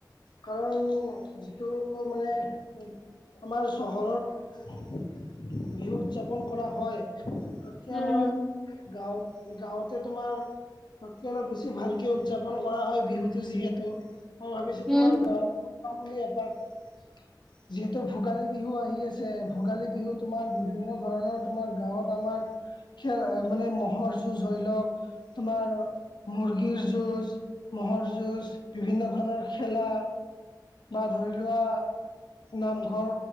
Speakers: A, on the left (about 80°); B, in the centre.
A: কাৰণ যিটো মানে ওঁ আমাৰ চহৰত বিহু উদযাপন কৰা হয় সেয়া
B: উম
A: মই গাঁৱত গাঁৱতে তোমাৰ তাতকৈ অলপ বেছি ভালকে উদযাপন কৰা হয় বিহুতটো যিহেতু মই ভাবিছো
B: উম
A: তোমাৰ গাঁৱ বুলি এপাক
B: উ
A: যিহেতু ভোগালী বিহু আহি আছে ভোগালী বিহু তোমাৰ বিভিন্ন ধৰণৰ তোমাৰ গাঁৱত আমাৰ খেল মানে ম'হৰ যুঁজ ধৰি লওক তোমাৰ মুৰ্গীৰ যুজ ম'হৰ যুঁজ বিভিন্ন ধৰণৰ খেলা বা ধৰি লোৱা নামঘৰ